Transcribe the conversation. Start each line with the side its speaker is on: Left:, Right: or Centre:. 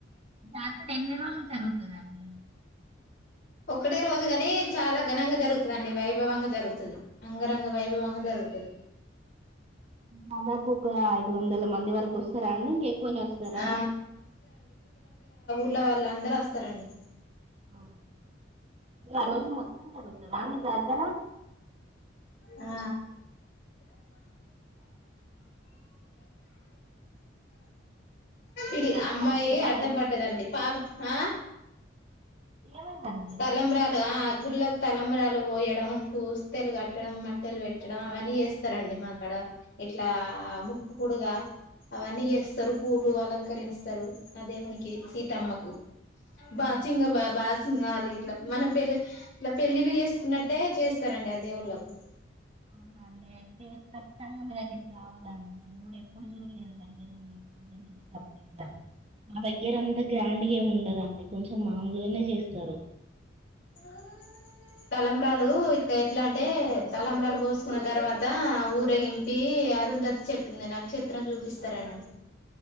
Right: జాతర ఎన్ని రోజులు జరుగుతుందండి
Left: ఒకటే రోజుగాని చాలా ఘనంగా జరుగుతుందండి వైభవంగా జరుగుతుంది అంగరంగ వైభవంగా జరుగుతుది
Right: దాదాపు ఒక ఐదు వందల మంది వరకు వస్తారా అండి ఇంకెక్కువనే వస్తారా
Left: ఆ ఇట్ల వాళ్ళ అందరుూ వస్తారండి
Right: అ ఆ రోజు మొత్తం జరుగుత అండి జాతార
Left: ఆ ఇది
Right: మీరు వెళ్తారా
Left: అమ్మాయి
Right: అండి మరి
Left: అడ్డం పడ్డదండి పాప ఆ
Right: ఏమైందండి
Left: తలంబ్రాలు ఆ గుళ్ళకి తలంబ్రాలు పోయడం పుస్తెలు కట్టడం మట్టెలు పెట్టడం అవన్నీ చేస్తారండి మాకాడ ఇట్లా ముక్కు పొడుగ అవన్నీ చేస్తరు పూలు అలంకరిస్తారు అదేవునికి సీతమ్మకు బాసింగ
Right: హ్మ్.
Left: బా బాస్ సింగాలు ఇట్లా మనం పెళ్ళి ఇలా పెళ్ళిళ్ళ చేసుకున్నట్టే చేస్తారండి ఆ దేవుళ్ళలకు
Right: అవునండి అయితే ఖచ్చితంగా మీ దగ్గరికి రావాలండిళ ఎప్పుడు చూడలేదు దగ్గర ఉండి అప్పుడ మా దగ్గర అంత గ్రాండ్ గేమ్ ఉండదండి అడి కొంచెం మామలుగానే చేస్తరు
Left: అ తలంబ్రలు ఇ ఎట్లా అంటే
Right: హ్మ్.
Left: తలంబరాలు పోసుకున్న తర్వాత ఊరేగింపి అరుంధతి చెక్కింది నక్షత్రం చూపిస్తరండి